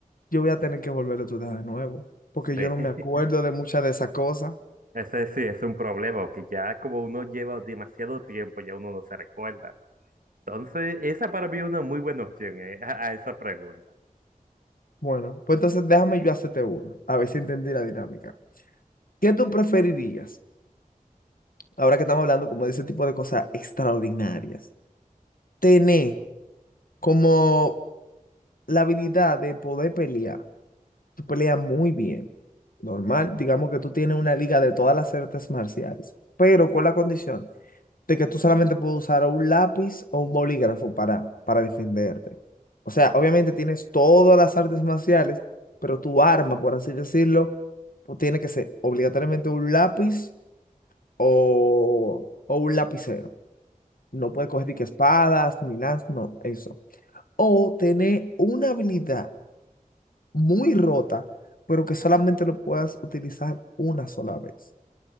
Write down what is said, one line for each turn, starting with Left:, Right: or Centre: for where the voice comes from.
Left: yo voy a tener que volver a estudiar de nuevo, porque
Right: sí,
Left: yo no me acuerdo
Right: <laughs>
Left: de muchas de esas cosas.
Right: ese sí es un problema, que ya como uno lleva demasiado tiempo, ya uno no se recuerda. Entonces, esa para mí es una muy buena opción, eh, a a esa pregunta.
Left: Bueno, pues entonces déjame yo hacerte una, a ver si entendí la dinámica. ¿Qué tú preferirías, ahora que estamos hablando como de ese tipo de cosas extraordinarias, tener como la habilidad de poder pelear? Tú peleas muy bien. Normal, digamos que tú tienes una liga de todas las artes marciales, pero con la condición de que tú solamente puedes usar o un lápiz o un bolígrafo para, para defenderte. O sea, obviamente tienes todas las artes marciales, pero tu arma, por así decirlo, pues, tiene que ser obligatoriamente un lápiz o, o un lapicero. No puedes coger ni que espadas, ni lanzas, no, eso. O tener una habilidad muy rota, pero que solamente lo puedas utilizar una sola vez.